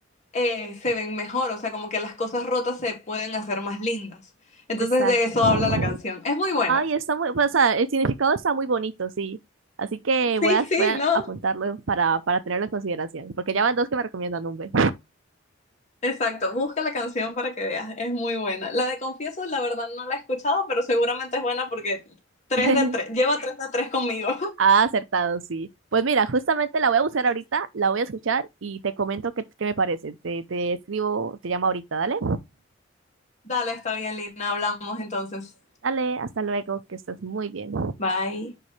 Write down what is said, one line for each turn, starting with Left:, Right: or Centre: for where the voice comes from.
Left: eh, se ven mejor, o sea, como que las cosas rotas se pueden hacer más lindas. Entonces
Right: Exacto.
Left: de eso habla la canción. Es muy buena.
Right: Ay, está muy, pues, o sea, el significado está muy bonito, sí. Así que voy
Left: Sí,
Right: a,
Left: sí,
Right: voy a
Left: ¿no?
Right: apuntarlo para, para tenerlo en consideración, porque ya van dos que me recomiendan un B.
Left: Exacto, busca la canción para que veas, es muy buena. La de Confieso, la verdad no la he escuchado, pero seguramente es buena porque tres
Right: <laughs>
Left: de tres lleva tres de tres conmigo.
Right: Ah, acertado, sí. Pues mira, justamente la voy a buscar
Left: <laughs>
Right: ahorita, la voy a escuchar y te comento qué, qué me parece. Te, te escribo, te llamo ahorita, dale.
Left: Dale, está bien, Lina, hablamos entonces.
Right: Dale, hasta luego, que estés muy bien.
Left: Bye.